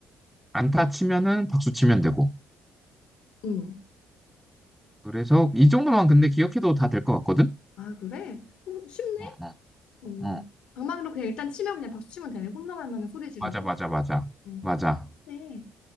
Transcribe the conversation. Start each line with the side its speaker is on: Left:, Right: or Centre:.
Centre: 안타 치면은 박수 치면 되고
Left: 음.
Centre: 그래서 이 정도만 근데 기억해도 다 될 것 같거든
Left: 아, 그래? 어, 쉽네?
Centre: 어, 어.
Left: 어.
Centre: 어.
Left: 방망이로 그냥 일단 치면 그냥 박수 치면 되네. 홈런 하면 소리 지르고.
Centre: 맞아, 맞아, 맞아.
Left: 어.
Centre: 맞아.
Left: 네.